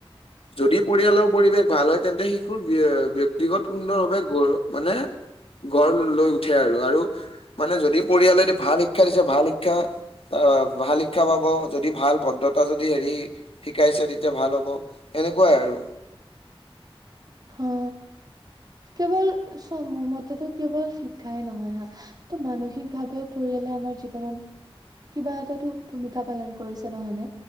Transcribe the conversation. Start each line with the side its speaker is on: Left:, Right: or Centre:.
Left: যদি পৰিয়ালৰ পৰিৱেশ ভাল হয়, তেন্তে শিশুৰ ব্যয় ব্যক্তিগত সুন্দৰ ভাৱে গ মানে গঢ় লৈ উঠে আৰু, আৰু মানে যদি পৰিয়ালে ভাল শিক্ষা দিছে, ভাল শিক্ষা ভাল শিক্ষা পাব, যদি ভাল ভ দ্ৰতা যদি হেৰি শিকাইছে তেতিয়া ভাল হ'ব, এনেকুৱাই আৰু
Right: অ, কেৱল চ মোৰ মতেতো কেৱল শিক্ষাই নহয় হা ত' মানসিকভাৱেও পৰিয়ালে আমাৰ জীৱনত কিবা এটাতো ভূমিকা পালন কৰিছে নহয়নে?